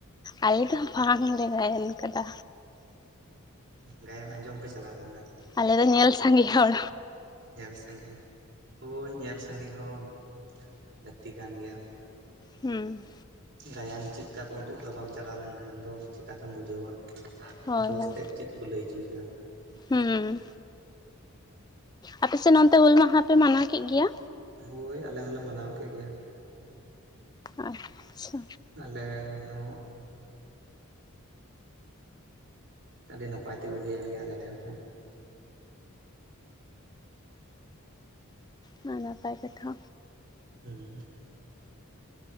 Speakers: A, on the left; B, on the right.
A: ᱟᱞᱮ ᱫᱚ ᱵᱟᱝ ᱞᱮ ᱜᱟᱭᱟᱱ ᱟᱠᱟᱫᱟ
B: ᱜᱟᱭᱟᱱ ᱟᱸᱡᱚᱢ ᱯᱮ ᱪᱟᱞᱟᱣ ᱞᱮᱱᱟ?
A: ᱟᱞᱮ ᱫᱚ ᱧᱮᱞ ᱥᱟᱸᱜᱮ ᱦᱚᱲ
B: ᱧᱮᱞ ᱥᱟᱜᱮ ᱦᱳᱭ ᱧᱮᱞ ᱥᱟᱸᱜᱮ ᱦᱚᱸ ᱞᱟᱹᱠᱛᱤ ᱠᱟᱱ ᱜᱮᱭᱟ
A: ᱦᱮᱸ
B: ᱜᱟᱭᱟᱱ ᱪᱮᱫᱠᱟ ᱠᱚ ᱩᱫᱩᱜ ᱮᱫᱟ ᱵᱟᱢ ᱪᱟᱞᱟᱣ ᱞᱮᱱᱠᱷᱟᱱ ᱫᱚ ᱪᱮᱠᱟᱛᱮᱢ ᱵᱩᱡᱷᱟᱹᱣᱟ
A: ᱦᱳᱭ
B: ᱡᱚᱥ
A: ᱦᱳᱭ
B: ᱛᱮᱫ ᱪᱮᱫ ᱠᱚ ᱞᱟᱹᱭ ᱚᱪᱚᱭᱮᱫᱟ
A: ᱦᱩᱸ ᱟᱯᱮ ᱥᱮᱫ ᱚᱱᱚᱛᱮ ᱦᱩᱞ ᱢᱟᱦᱟ ᱯᱮ ᱢᱟᱱᱟᱣ ᱠᱮᱫ ᱜᱮᱭᱟ
B: ᱦᱳᱭ ᱟᱞᱮ ᱦᱚᱞᱮ ᱢᱟᱱᱟᱣ ᱠᱮᱫ ᱜᱮᱭᱟ
A: ᱟᱪᱪᱷᱟ
B: ᱟᱞᱮ ᱦᱚᱸ ᱟᱹᱰᱤ ᱱᱟᱯᱟᱭ ᱛᱮᱜᱮ ᱦᱩᱭᱮᱱ ᱜᱮᱭᱟ ᱟᱞᱮ ᱴᱷᱮᱱ ᱦᱚᱸ
A: ᱢᱟ ᱱᱟᱯᱟᱭ ᱠᱟᱛᱷᱟ
B: ᱦᱩᱸ